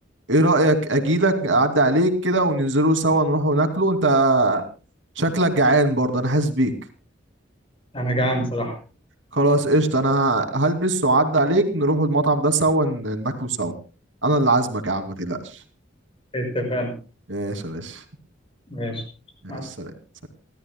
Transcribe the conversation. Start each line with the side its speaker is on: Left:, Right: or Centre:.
Right: ايه رايك اجيلك اعدي عليك كده وننزلوا سوا نروحوا ناكله انت شكلك جعان برضه انا حاسس بيك
Left: أنا جعان بصراحة
Right: خلاص قشطه انا ه- هلبس واعدي عليك نروحوا المطعم ده سوا ن- ناكله سوا انا اللي عازمك يا عم ما تقلقش
Left: اتفقنا
Right: ماشي يا باشا
Left: ماشي
Right: ماشي
Left: مع السلامة
Right: سلام